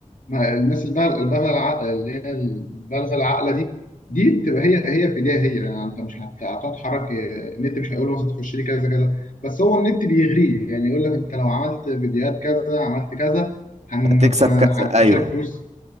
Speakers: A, on the left; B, on the right.
A: ما الناس البالغة البالغة الع- اللي هي البالغة العاقلة دي دي بتبقى هي هي في ايديها هي يعني انت مش هت- هتتحرك إيه، النت مش هيقول له مثلا تخش لي كذا كذا بس هو النت بيغريه يعني يقول لك انت لو عملت فيديوهات كذا عملت كذا هن-
B: هتكسب كذا
A: هتخش
B: ايوه
A: لك فلوس